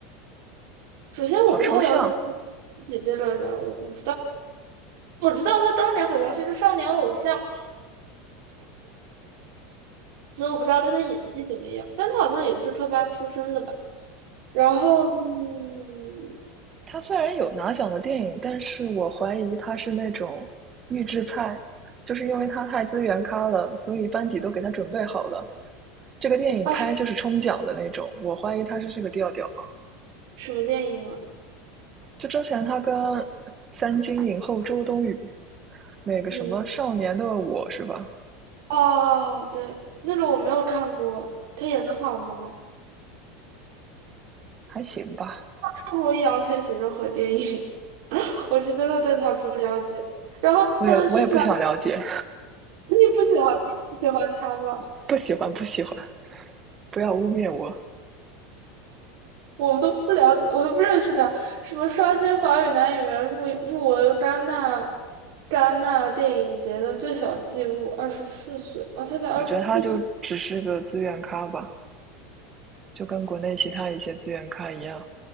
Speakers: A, on the right (about 65°); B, on the right (about 25°).
A: 首先我不太了解
B: 好抽象，
A: 你这个人，物。我知道他当年好像是一个少年偶像，所以我不知道他的演技怎么样，但他好像也是科班出身的吧。然后，嗯，
B: 他虽然有拿奖的电影，但是我怀疑他是那种预制菜，就是因为他太资源咖了，所以班底都给他准备好了。这个电影拍就是冲奖的那种，
A: 啊，是
B: 我怀疑他是这个调调啊。
A: 什么电影啊？
B: 就之前他跟三金影后周冬雨那个什么《少年的我》是吧？
A: 嗯，哦，对，那个我没有看过，他演的好吗？
B: 还行吧，
A: 看过易烊千玺任何电影，<laughs> 我是真的对他不了解。然后他的宣传，
B: 我也我也不想了解，
A: 你不喜欢，你不喜欢他吗？
B: <laughs> 不喜欢不喜欢，不要污蔑我。
A: 我们都不了解，我都不认识他。什么刷新华语男演员入入围戛纳戛纳电影节的最小纪录，二十四岁啊，他才二十四岁，
B: 我觉得他就只是个资源咖吧，就跟国内其他一些资源咖一样。